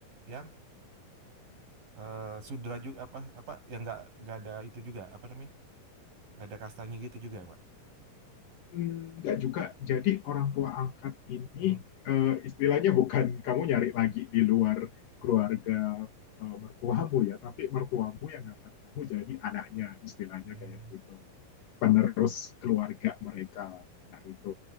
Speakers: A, on the right; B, on the left.
A: yang eh sudra juga apa apa yang nggak nggak ada itu juga apa namanya nggak ada kastanya gitu juga, Pak.
B: Enggak juga. Jadi orang tua angkat ini
A: Hmm.
B: eh, istilahnya bukan kamu nyari lagi di luar keluarga eh, mertuamu ya, tapi mertuamu yang angkat kamu jadi anaknya istilahnya
A: Hmm.
B: kayak gitu. penerus keluarga mereka. Nah, itu.